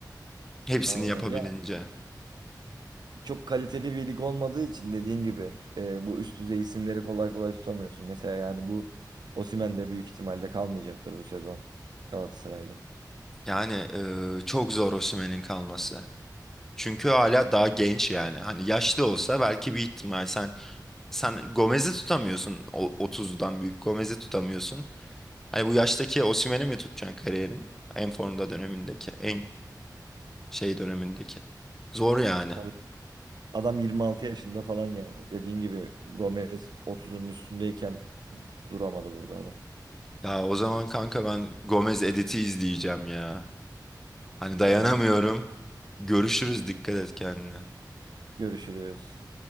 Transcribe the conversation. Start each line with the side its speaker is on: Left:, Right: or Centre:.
Centre: Hepsini
Right: Aynen
Centre: yapabilince.
Right: ya çok kaliteli bir lig olmadığı için dediğin gibi e, bu üst düzey isimleri kolay kolay tutamıyorsun. Mesela yani bu Osimhen de büyük ihtimalle kalmayacaktır bu sezon Galatasaray'da.
Centre: Yani eee, çok zor Osimhen'in kalması. Çünkü hala daha genç yani. Hani yaşlı olsa belki bir ihtimal. Sen sen Gomez'i tutamıyorsun. O, otuz'dan büyük Gomez'i tutamıyorsun. Hani bu yaştaki Osimhen'i mi tutacaksın kariyerin en formda dönemindeki, en şey dönemindeki? Zor yani.
Right: Tabii adam 26 yaşında falan yani. Dediğin gibi Gomez otuzun üstündeyken Duramadı burada adam.
Centre: Ya o zaman kanka ben Gomez editi izleyeceğim ya. Hani dayanamıyorum.
Right: Tamam
Centre: Görüşürüz. Dikkat et kendine.
Right: görüşürüz.